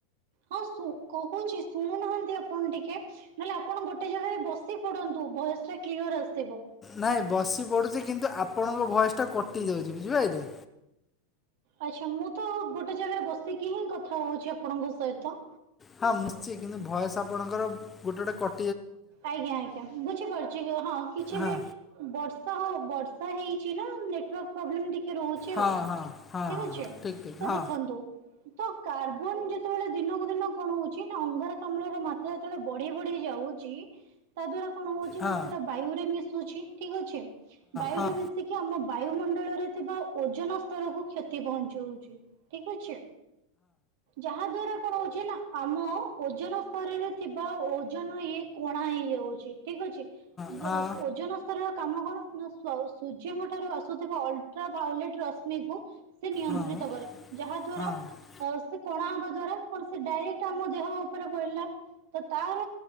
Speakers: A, on the right; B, on the left.
A: ହଁ କହୁଚି ଶୁଣୁନାହାନ୍ତି ଆପଣ ଟିକେ, ନହେଲେ ଆପଣ ଗୋଟେ ଜାଗାରେ ବସି ପଡନ୍ତୁ ଭଏସ୍ ଟା କ୍ଲିଅର୍ ଆସିଥିବ।
B: ନାଇଁ ବସି ପଡୁଚି କିନ୍ତୁ ଆପଣଙ୍କ ଭଏସ୍ ଟା କଟି ଯାଉଚି ବୁଝିପାଇଲେ।
A: ଆଚ୍ଛା ମୁଁ ତ ଗୋଟେ ଜାଗାରେ ବସିକି ହିଁ କଥା ହଉଚି ଆପଣଙ୍କ ସହିତ।
B: ହଁ <unintelligible> କିନ୍ତୁ ଭଏସ୍ ଆପଣଙ୍କର ଗୋଟେ-ଗୋଟେ କ
A: ଆଜ୍ଞା-ଆଜ୍ଞା ବୁଝିପାରୁଚି ହଁ କିଛି
B: ହଁ
A: ବି ବର୍ଷା ହଉ ବର୍ଷା ହେଇଚି ନା ନେଟୱର୍କ ପ୍ରୋବ୍ଲେମ୍ ଟି କେ ରହୁଚି ଆଉ
B: ହଁ ହଁ ହଁ
A: ଠିକ୍
B: ହଁ
A: ଅଛି
B: ଠିକ୍ ଠିକ୍
A: ତ
B: ହଁ
A: ଦେଖନ୍ତୁ ତ କାର୍ବନ ଯେତବେଳେ ଦିନକୁ ଦିନ କଣ ହଉଚି ନା ଅଙ୍ଗାରକାମ୍ଳର ମାତ୍ରା ଯେତବେଳେ ବଢି-ବଢି ଯାଉଚି ତା ଦ୍ଵାରା କଣ ହଉଚି
B: ହଁ
A: ନା ସେଇଟା ବାୟୁ ରେ ମିଶୁଚି ଠିକ୍ ଅଛି, ବାୟୁରେ
B: ହଁ
A: ମି ଶିକି ଆମ ବାୟୁମଣ୍ଡଳରେ ଥିବା ଓଜନ ସ୍ଥରକୁ କ୍ଷତି ପହଞ୍ଚଉଚି। ଠିକ ଅଛି। ଯାହାଦ୍ଵାରା କଣ ହଉଚି ନା ଆମ ଓଜନ ସ୍ତରରେ ଥିବା ଓଜନ ଇଏ କଣା ହେଇଯାଉଚି ଠିକ୍ ଅଛି,
B: ହଁ ହଁ
A: ଓଜନ କାମ କଣ, ନା ସୂର୍ଯ୍ୟଙ୍କ ଠାରୁ ଆସୁଥିବା ଅଲଟ୍ରା ଭାଓଲେଟ୍ ରଶ୍ମିକୁ ସେ ନିୟନ୍ତ୍ରିତ
B: ହଁ ହଁ
A: କରେ, ଯାହା ଦ୍ଵାରା
B: ହଁ
A: ସେ କଣା ହବା ଦ୍ଵାରା କଣ ସେ ଡାଇରେକ୍ଟ ଆମ ଦେହ ଉପରେ ପଡିଲା, ତ ତାର